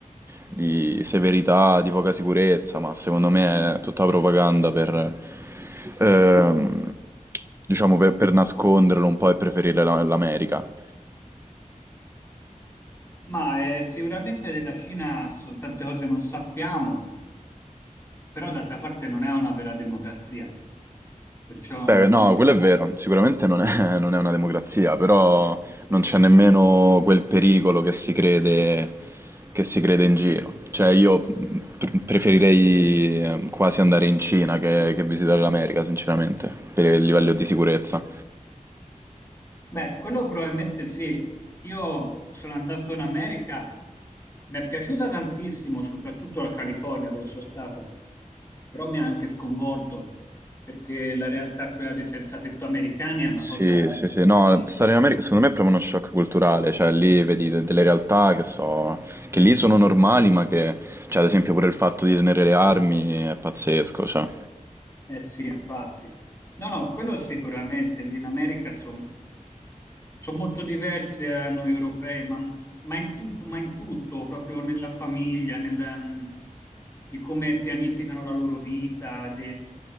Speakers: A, on the right; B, on the left.
A: di severità, di poca sicurezza, ma secondo me è tutta propaganda per, ehm, diciamo, per, per nasconderlo un po' e preferire la- l'America.
B: Ma eh, sicuramente della Cina ci sono tante cose che non sappiamo, però d'altra parte non è una vera democrazia, perciò
A: Beh,
B: non
A: no,
B: si
A: quello
B: sa.
A: è vero, sicuramente non è, <laughs> non è una democrazia, però non c'è nemmeno quel pericolo che si crede, che si crede in giro. Cioè, io pre- preferirei eh, quasi andare in Cina che, che visitare l'America, sinceramente, per il livello di sicurezza.
B: Beh, quello probabilmente sì. Io sono andato in America, mi è piaciuta tantissimo, soprattutto la California dove sono stato, però mi ha anche sconvolto perché la realtà, quella dei senza tetto americani, è una
A: Sì,
B: cosa
A: sì, sì, no,
B: che,
A: stare in America secondo me è proprio uno shock culturale, cioè lì vedi de- delle realtà che so, che lì sono normali, ma che, cioè ad esempio pure il fatto di tenere le armi è pazzesco, cioè.
B: eh sì, infatti. No, no, quello sicuramente, lì in America sono Sono molto diverse da noi europei, ma, ma in tutto, ma in tutto, proprio nella famiglia, nel, mm, di come pianificano la loro vita, di